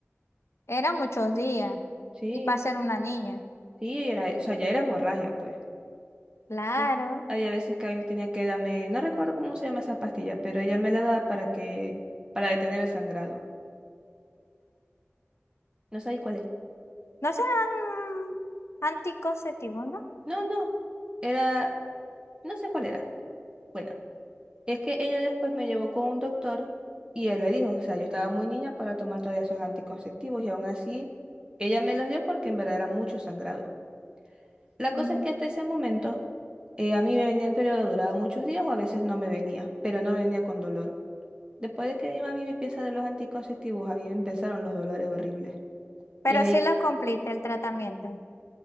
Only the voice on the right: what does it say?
Sí,
sí, era, o sea, ya era hemorragia, pues.
Pues, había veces que a mí me tenía que darme, no recuerdo cómo se llama esa pastilla, pero ella me la daba para que, para detener el sangrado. No sabía cuál es.
No, no, era, no sé cuál era. Bueno, es que ella después me llevó con un doctor y él le dijo, o sea, yo estaba muy niña para tomar todavía esos anticonceptivos y aún así, ella me los dio porque en verdad era mucho sangrado. La cosa
es que hasta ese momento eh, a mí me venía el periodo, duraba muchos días o a veces no me venía, pero no venía con dolor. Después de que mi mami me empieza a dar los anticonceptivos, a mí me empezaron los dolores horribles.
Y es ahí,